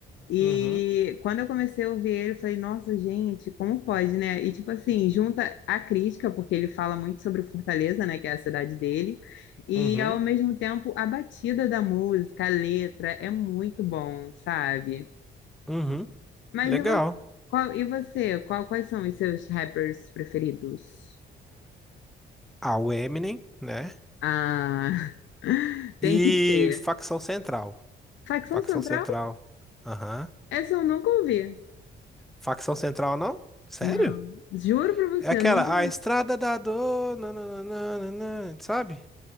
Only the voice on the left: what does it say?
E
quando eu comecei a ouvir ele, eu falei, nossa, gente, como pode, né? E tipo assim, junta a crítica, porque ele fala muito sobre Fortaleza, né, que é a cidade dele, e
ao mesmo tempo a batida da música, a letra, é muito bom, sabe?
Mas
e você, qual, e você? Qual- quais são os seus rappers preferidos?
Ah, <laughs> tem
que ter.
Facção
Central?
Essa eu nunca ouvi.
Não, juro pra você,
eu nunca.